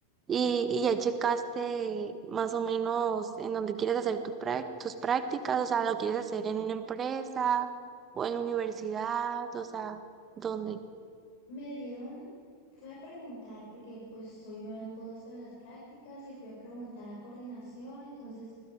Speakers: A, on the right; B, on the left.
A: Y, y ya checaste más o menos en dónde quieres hacer tu prac- tus prácticas, o sea, lo quieres hacer en una empresa o en la universidad, o sea, ¿dónde?
B: Me dieron, fui a preguntar, porque pues soy nueva en todo esto de las prácticas y fui a preguntar a coordinación, entonces